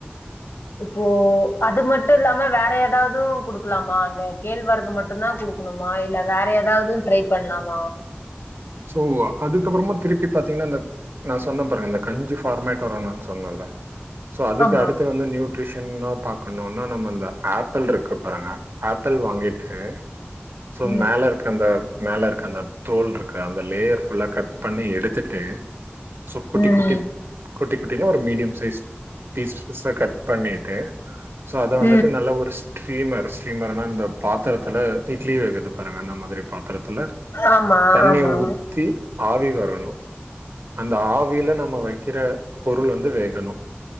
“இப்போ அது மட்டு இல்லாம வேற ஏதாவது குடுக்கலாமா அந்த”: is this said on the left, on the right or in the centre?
Left